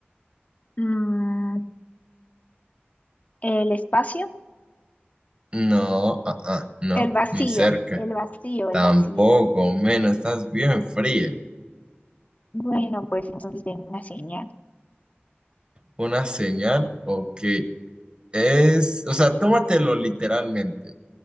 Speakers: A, on the left; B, on the right.
A: Mm, el espacio.
B: No, ah, ah, no,
A: El vacío.
B: ni cerca.
A: El vacío,
B: Tampoco,
A: el vacío.
B: menos, estás bien fría.
A: Bueno, pues entonces tengo una señal.
B: ¿Una señal o qué? Es, o sea, tómatelo literalmente.